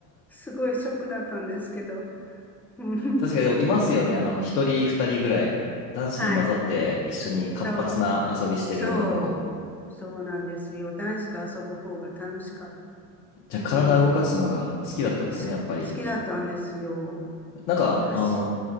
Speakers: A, in the centre; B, on the left.
A: すごいショックだったんですけど。<laughs> うん。
B: 確かにでもいますよね。
A: うん
B: あの、一人二人ぐらい、男子に混ざって一緒に活発な遊びしてる女の子。
A: はい。そう。そう。そうなんですよ。男子と遊ぶ方が楽しかった。
B: じゃあ、体動かすのが好きだったんですね、
A: うん。好き、
B: やっぱり。
A: 好きだったんですよ。
B: なんか、
A: 走
B: あの、